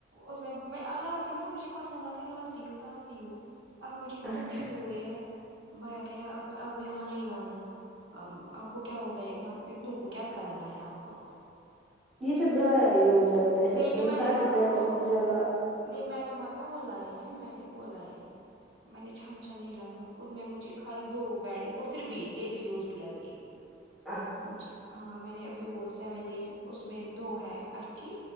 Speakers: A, on the right; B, in the centre.
A: اس میں میں لاتی ہوں نا مجھے پسند آتا لاتی ہوں لاتی ہوں اب مجھے
B: اچھا
A: تھرٹی ہوئے ہیں بھایا کہہ رہا اب آپ یہاں نہیں لانا آپ کو کیا ہوگا اتنا اتنوں کو کیا کرنا ہے آپ کو
B: یہ پھر ضائع ہی ہو جاتا ہے
A: لیکن
B: مطلب
A: میں
B: کاٹتے
A: نے مت نا وہ
B: ہے کسی جگہ
A: نہیں میں نے مطلب بولا یہ ہے میں نہیں بولایا ہے میں نے چھن چھن نہیں لے میں مجھے خالی دو ویڈنگ وہ پھر بھی ڈیلی یوز بھی لگے گی
B: اچھا
A: مجھے ہاں میں نے ابھی وہ سیون ڈیز اس میں دو ہے اچھی